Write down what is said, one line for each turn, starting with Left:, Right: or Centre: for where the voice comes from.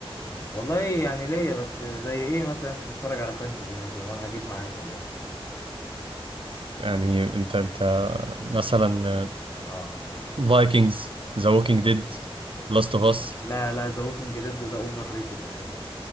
Left: والله يعني ليا بس زي ايه مثلا انت بتتفرج على فانتزي مثلا وانا هجيب معاك والله
Right: يعني انت انت مثلا
Left: اه
Right: فايكنجز ذا ووكينج ديد لاست اوف اس
Left: لا لا ذا ووكينج ديد ده اوفر ريتد اساسا